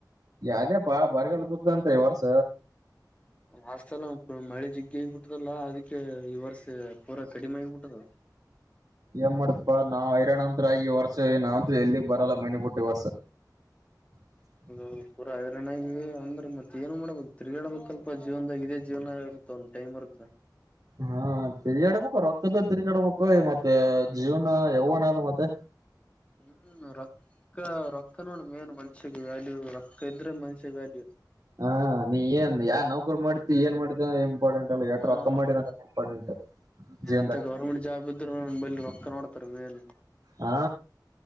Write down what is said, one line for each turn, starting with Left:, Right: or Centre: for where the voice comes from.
Right: ಅದೇ ಅಪ್ಪ ಬರಗಾಲ ಬಂತು ಈ ವರ್ಷ
Left: ವಾಸ್ತಲ್ಲ ಮಳೆ ಜಿಗ್ಗಿ ಆಗಬಿಟ್ಟದಲ್ಲ ಅದಕ್ಕೆ ಈ ವರ್ಷ ಪೂರಾ ಕಡಿಮೆ ಆಗಬಿಟ್ಟದ
Right: ಏನ್ ಮಾಡತ್ಪ್ಪಾ ನಾವ್ ಹೈರಾಣ ಅಂತ ಆಗಿ ವರ್ಷ ಏಾವ ಅಂತ ಎಲ್ಲಿಗೆಗ್ ಬರಲ್ಲ ಮನೆಿ ಬಿಟ್ಟಿ ವರ್ಷ <inaudible>
Left: ಅ ಪೂರ ಹಗಿರಣ ಆಿ ಅಂದ್ರೆ ಮತ್ತತ್ ಏನು ಮಾಡ್ಬೇಕು ತಿರುಗಾಡಬೇಕ ಅಲ್ಪ ಜೀವನ್ದಾಗ ಇದೇ ಜೀವನ ಇರುತ್ತೆ ಒಂದು ಟೈಮ್ ಬರುತ್ತೆ
Right: ಹಾ ತಿರ್ಗಾಡಬೇಕು ರೊಕ್ತದ ತಿರ್ಗಾಡಬೇಕು ಮತ್ತೆ ಜೀವನ ಯಾವನ್ ಅದು ಮತ್ತೆ
Left: ಹ್ಮ್ ರೊಕ್ಕ ರೊಕ್ಕ ನೋಡ ಮೇನ್ ಮನ್ಷಿಗೆ ವ್ಯಾಲ್ಯೂ ರೊಕ್ಕ ಇದ್ರೆ ಮನ್ಷಗ್ ವ್ಯಾಲ್ಯೂ
Right: ಹಾ ನೀ ಏನ್ ಯಾವ ನೌಕರು ಮಾಡ್ತಿ ಏನ್ ಮಾಡ್ತಿ ಇಂಪಾರ್ಟೆಂಟ್ ಏಟ್ರರು
Left: ಹಾ
Right: ಅಕ್ಕ ಮಾಡಿದ ಇಂಪ್ಟೆಂಟ್ ಜೀವನದಲ್ಲಿ
Left: ಎಂತ ಗೌರ್ಮೆಂಟ್ ಜಾಬ್ ಇದ್ರರು ನ ಬಲ್ ರೊಕ್ಕ ಮಾಡೋತಾರೆ ಮೇಲೆ
Right: ಹಾ